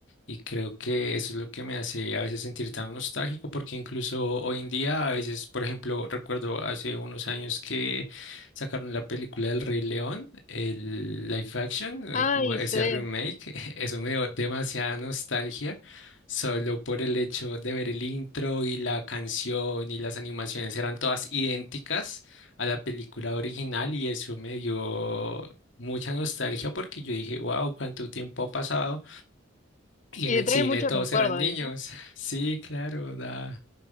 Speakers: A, on the left (about 75°); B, on the left (about 40°).
A: Y creo que eso es lo que me hace a veces sentir tan nostálgico, porque incluso hoy en día, a veces, por ejemplo, recuerdo hace unos años que sacaron la película del Rey León, el live action, eh,
B: Ay,
A: como ese
B: sí.
A: remake, <laughs> eso me dio demasiada nostalgia Solo por el hecho de ver el intro y la canción y las animaciones eran todas idénticas a la película original y eso me dio mucha nostalgia porque yo dije, wow, cuánto tiempo ha pasado y
B: Y
A: en el
B: te trae
A: cine
B: muchos
A: todos
B: recuerdos,
A: eran niños.
B: ¿viste?
A: <laughs> Sí, claro, da,